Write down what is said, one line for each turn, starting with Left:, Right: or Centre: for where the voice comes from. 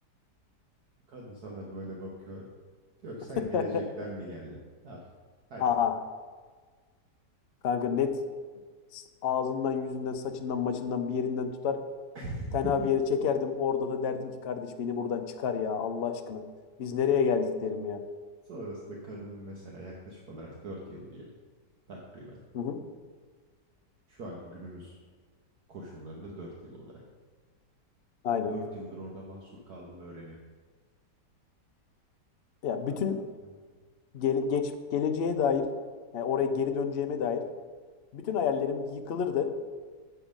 Right: Kadın sana böyle bakıyor. Diyor ki
Left: <laughs>
Right: sen gelecekten mi geldin? Al, hadi.
Left: Aha kanka net s- ağzından, yüzünden, saçından, maçından bir yerinden tutar.
Right: <laughs>
Left: Tenha bir yere çekerdim. Orada da derdim ki kardeş beni buradan çıkar ya Allah aşkına. Biz nereye geldik derim ya.
Right: Sonrasında kadının mesela yaklaşık olarak 4 yıl diyelim takriben.
Left: Hı hı.
Right: Şu anki günümüz koşullarında 4 yıl olarak.
Left: Aynen.
Right: dört yıldır orada mahsur kaldığını öğreniyor.
Left: Ya
Right: Abi,
Left: bütün
Right: abi.
Left: gele- geç geleceğe dair, yani oraya geri döneceğime dair bütün hayallerim yıkılırdı